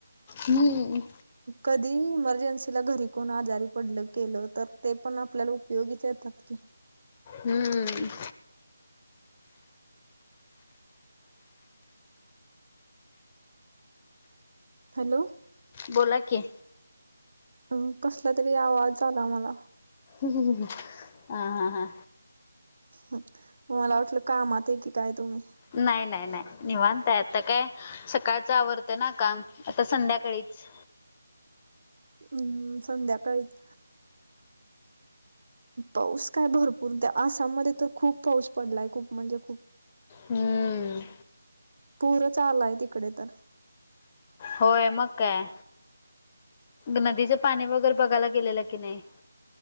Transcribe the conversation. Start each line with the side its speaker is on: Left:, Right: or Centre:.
Left: हम्म
Right: कधी इमर्जन्सीला घरी कोण आजारी पडलं केलं तर ते पण आपल्याला उप् पयोगीच येतात की.
Left: हम्म
Right: हॅलो!
Left: बोला की?
Right: अ कसला तरी आवाज आला मला.
Left: हं हा हा हा
Right: मला वाटलं कामात आहे की, काय तुम्ही?
Left: नाई नाई नाई निवांत हाय आता काय सकाळच आवरत ना काम आता संध्याकाळीच
Right: हम्म संध्याकाळीच. पाऊस काय भरपूर ते आसाममध्ये तर खूप पाऊस पडलाय खूप म्हणजे खूप.
Left: हम्म
Right: पूरच आलाय तिकडं तर.
Left: होय मग काय नदीच पाणी वगैरे बघायला गेलेलं की नाई?